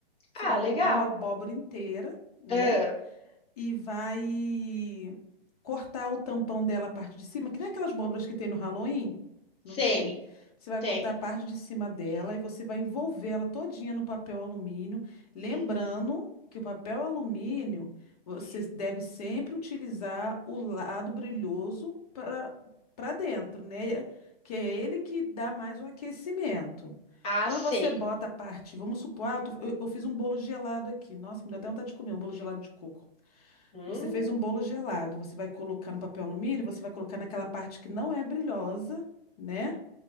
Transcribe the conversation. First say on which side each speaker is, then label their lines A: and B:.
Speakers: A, on the left; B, on the left.
A: Você
B: Ah,
A: vai
B: legal.
A: comprar uma abóbora inteira, né?
B: Ah,
A: e vai cortar o tampão dela, a parte de cima, que nem aquelas abóboras que tem no Halloween, não
B: sei.
A: tem? Você vai
B: Tem.
A: cortar a parte de cima dela e você vai envolver ela todinha no papel alumínio, lembrando que o papel alumínio você deve sempre utilizar o lado brilhoso para para dentro, né? Que é ele que dá mais o aquecimento.
B: Ah,
A: Quando
B: sei.
A: você bota a parte, vamos supor, ah, eu, tô- eu- eu fiz um bolo gelado aqui. Nossa, me deu até vontade de comer um bolo gelado de coco.
B: Hum,
A: Você fez um bolo gelado, você vai colocar no papel alumínio, você vai colocar naquela parte que não é brilhosa, né?